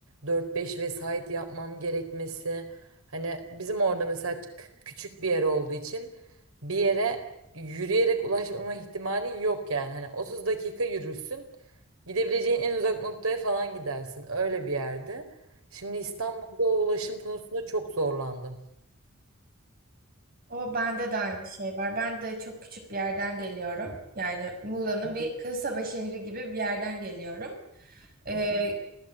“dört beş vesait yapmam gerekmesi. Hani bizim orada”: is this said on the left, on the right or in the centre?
Right